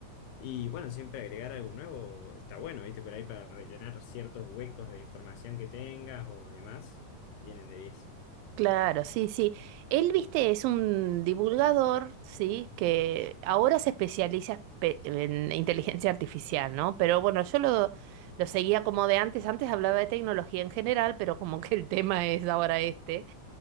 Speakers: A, on the left (about 75°); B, on the right (about 85°).
A: Y bueno, siempre agregar algo nuevo está bueno, ¿viste? Por ahí para rellenar ciertos huecos de información que tengas o demás, vienen de diez,
B: Claro, sí, sí. Él, viste, es un divulgador, sí, que ahora se especializa espe- en inteligencia artificial, ¿no? Pero bueno, yo lo, lo seguía como de antes. Antes hablaba de tecnología en general, pero como que el <laughs> tema es ahora este.